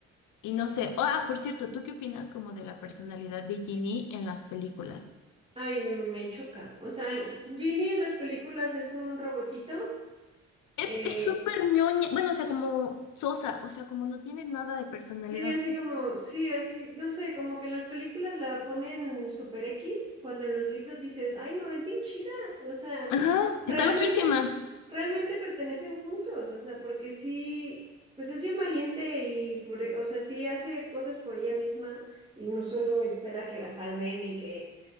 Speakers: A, on the left; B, on the right.
A: y no sé, ah, por cierto, ¿tú qué opinas como de la personalidad de Ginny en las películas?
B: Ay, me choca. O sea, el- Ginny en las películas es un robotito.
A: Es,
B: eh,
A: es súper ñoña, bueno, o sea, como sosa, o sea, como no tiene nada de personalidad.
B: Sí, así como, sí, así, no sé, como que en las películas la ponen super X, cuando en los libros dices, ay, no, es bien chida, o sea,
A: Ajá,
B: realmente
A: está loquísima.
B: es, realmente pertenecen juntos, o sea, porque sí, pues es bien valiente y, por, e- o sea, sí hace cosas por ella misma y no solo espera que la salven y que